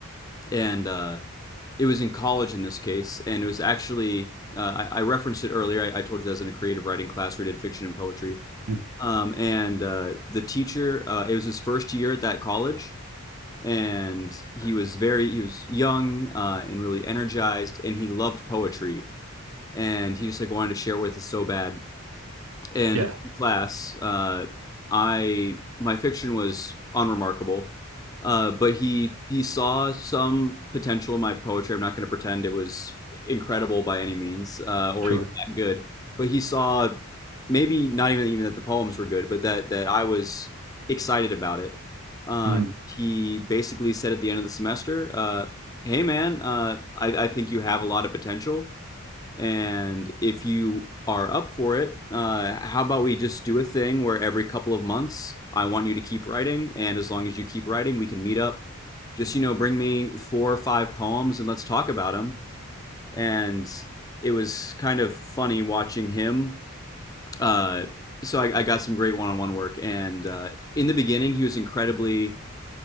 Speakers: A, on the left; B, on the right.
A: And uh, it was in college in this case, and it was actually uh, I, I referenced it earlier. I, I told you that's in a creative writing class. where We did fiction and poetry.
B: Mm.
A: Um, and uh, the teacher, uh, it was his first year at that college, and he was very he was young uh, and really energized, and he loved poetry, and he just like wanted to share with us so bad And
B: Yeah,
A: in class, uh, I my fiction was unremarkable, uh, but he he saw some potential in my poetry. I'm not going to pretend it was incredible by any means, uh, or
B: sure.
A: even that good. But he saw maybe not even even that the poems were good, but that that I was excited about it. Uh,
B: Mm,
A: he basically said at the end of the semester, uh, "Hey man, uh, I, I think you have a lot of potential. And if you are up for it, uh, how about we just do a thing where every couple of months I want you to keep writing, and as long as you keep writing, we can meet up. Just you know, bring me four or five poems and let's talk about them. And it was kind of funny watching him. Uh, so I, I got some great one-on-one work, and uh, in the beginning, he was incredibly